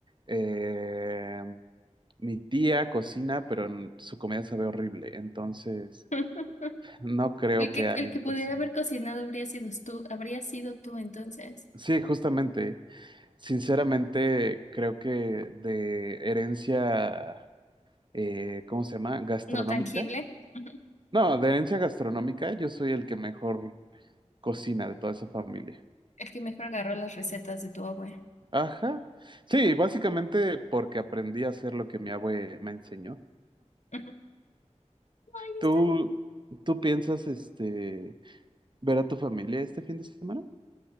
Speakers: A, on the right; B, on the left.
A: Eh, Mi tía cocina, pero n- su comida sabe horrible, entonces
B: <laughs>
A: no creo
B: El que,
A: que alguien
B: el que pudiera
A: cocine.
B: haber cocinado habría sido tú, habría sido tú entonces.
A: Sí, justamente. Sinceramente, creo que de herencia, eh, ¿cómo se llama? Gastronómica.
B: No tangible. <laughs> Ujú.
A: No, de herencia gastronómica, yo soy el que mejor cocina de toda esa familia.
B: El que mejor agarró las recetas de tu abuela.
A: Ajá. Sí, básicamente porque aprendí a hacer lo que mi abue me enseñó.
B: Ujú. <laughs> Ay,
A: ¿Tú,
B: está bien.
A: tú piensas, este, ver a tu familia este fin de semana?